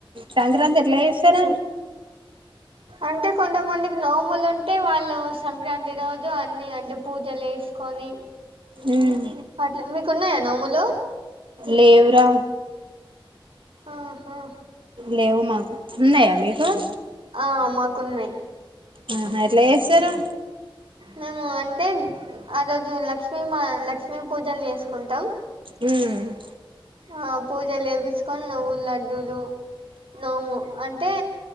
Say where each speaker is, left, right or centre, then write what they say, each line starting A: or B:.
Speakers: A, on the right (about 65°); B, on the right (about 85°).
A: సంక్రాంతి ఎట్ల చేస్తరు
B: అంటే కొంతమందికి నోములు ఉంటే వాళ్ళు సంక్రాంతి రోజు అన్ని అంటే పూజలు చేసుకొని
A: ఉమ్
B: అట్ల మీకున్నయా నోములు
A: లేవురా
B: ఆ ఆ హా
A: లేవు మాకు ఉన్నాయా మీకు
B: ఆ మాకు ఉన్నాయి
A: హా మరి ఎట్లా చేస్తరు
B: మేము అంటే ఆ రోజు లక్ష్మీ మా లక్ష్మీ పూజలు చేసుకుంటాం
A: ఉమ్
B: ఆ పూజలు చేపిచుకొని లోపల్ ల లేదు నోము అంటే